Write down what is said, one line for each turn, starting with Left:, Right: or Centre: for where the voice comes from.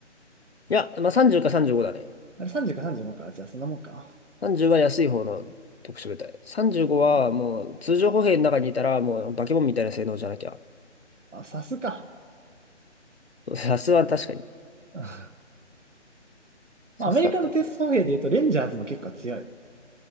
Left: いや、まあ30か35だね。
Right: あれ30か35か。じゃあそんなもんか。
Left: 30は安い方の特殊部隊。35はもう通常歩兵の中にいたらもうバケモンみたいな性能じゃなきゃ。
Right: うん。あ、サスか。
Left: サスは確かに。
Right: <laughs>
Left: サスだったら。
Right: まあ、アメリカのテスト兵で言うと、
Left: うん
Right: レンジャーズも結構強い。